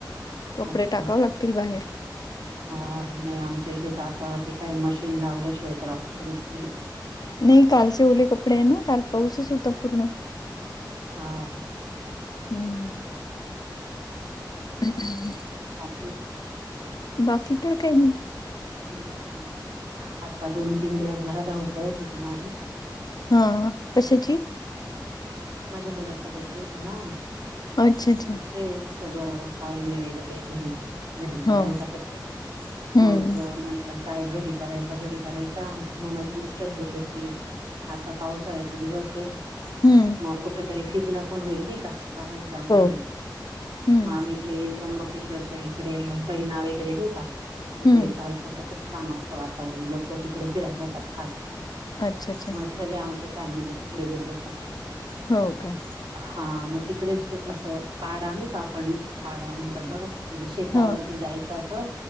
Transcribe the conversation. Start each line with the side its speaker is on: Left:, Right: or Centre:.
Left: कपडे
Right: अच्छा
Left: टाकावं लागतील बाहेर.
Right: हा नाही आमच्या इथे तर आता ते काय मशीन लावल्याशिवाय तर ऑप्शनच नाहीये.
Left: नही कालचे ओले कपडे हे ना, काल पाऊसच होता पूर्ण.
Right: हां,
Left: हम्म, <inaudible>
Right: बाकी?
Left: बाकी तर काही नाही.
Right: ह्, आत्ता दोन-तीन दिवस जरा धावपळच होती माझी.
Left: हं, कशाची?
Right: माझ्या मुलाचा बड्डे होता ना.
Left: अच्छा, च्छा, च्छा.
Right: मग तेच सगळं पाहुणे वगैरे घरी. घरी करायचा
Left: हो
Right: बड्डे
Left: हम्म
Right: मग अं म्हंटलं, काय घरी करायचा, घरी करायचा मग माझी मिस्टर बोलले की, आता पावसाळ्याचे दिवस ये.
Left: हम्म,
Right: मग कुठे तरी फिरण पण होईल नाही का, बाहेर जाणं
Left: हो.
Right: होईल,
Left: हं.
Right: मग आम्ही त्र्यंबकेश्वरच्या इकडे फैना वगैरे नाही का तिथे
Left: हं.
Right: पावसाचं खूप. छान असतं वातावरण लोक तिकडे फिरायला जातात खास.
Left: अच्छा, च्छा.
Right: मग सगळे आमच्या फॅमिली तिकडे गेलो होतो.
Left: हो का?
Right: हा मग तिकडेच असं पाडा नाही का, आपण पाडा म्हणतात बघा, म्हणजे शेतावरती
Left: हां.
Right: जायचं असं